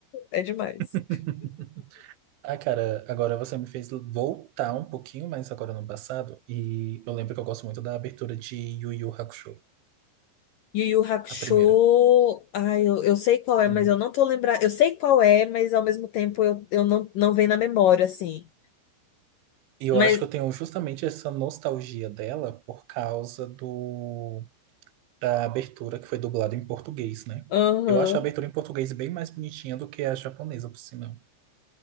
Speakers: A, on the left; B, on the right.
A: É demais.
B: <laughs> Ah, cara, agora você me fez voltar um pouquinho mais agora no passado, e eu lembro que eu gosto muito da abertura de Yu Yu Hakusho,
A: Yu Yu Hakusho,
B: a primeira.
A: ai, eu, eu sei qual
B: Sim.
A: é, mas eu não tô lembrando. Eu sei qual é, mas ao mesmo tempo eu, eu não, não vem na memória, assim.
B: E eu
A: Mas,
B: acho que eu tenho justamente essa nostalgia dela por causa do da abertura que foi dublada em português, né?
A: aham.
B: Eu acho a abertura em português bem mais bonitinha do que a japonesa, por sinal.